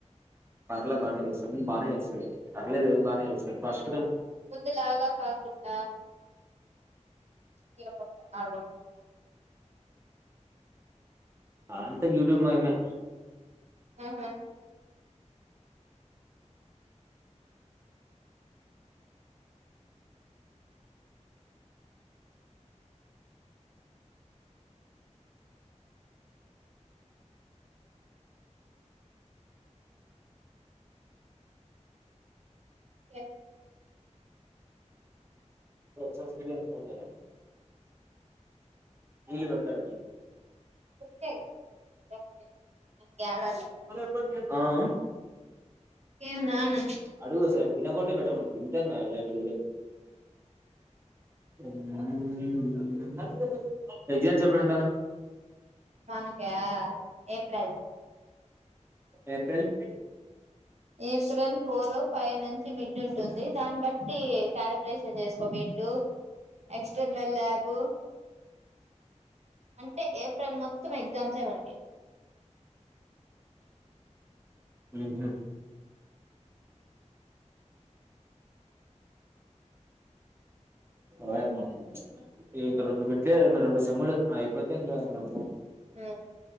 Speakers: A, on the right; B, on the right.
A: పర్లే బానే చేస్తాం బానే చేస్తది పర్లేదు బానే చేస్తుదీ ఫా ష్ స్
B: ముందులాగా కాకుండా ఈడ గొడిత్ ఆడ గొట్
A: ఆ అంటే యూట్యూబ్ మయిమే
B: ఆహా ఏ
A: రే ఒకసారి సూరి గానికి చేయి రా ఇల్లు కడతాడని
B: కుక్కే కదా లేకపోతే ఇంకేడాలే
A: అదే మన కెర్ ఆ ఆ
B: ఏన్నా న్నాన్
A: అడుగు ఓసారి తినకుంటే పెట్టమను తింటంగా లైక్ ఎ అమ్ <unintelligible> ఎగ్జామ్స్ ఎప్పుడంట
B: మనకా ఏప్రిల్
A: ఏప్రిల్ పి
B: ఏప్రిల్ ఫోరో ఫైవ్ ను చ్చి మిడ్ ఉంటుంది దాన్ని బట్టి టాలెం క్యులేషన్ చేసుకో మిడ్ ఎక్స్ట నేల్యాబు అంటే ఏప్రిల్ మొత్తం ఎగ్జామ్స్ ఏ మనకి
A: అహ వాయమ్మ ఇవి ఇంకా రెండు మిడ్ల్లే రెండు సేమ్ములు అయిపోతే ఇంకా బా
B: ఆ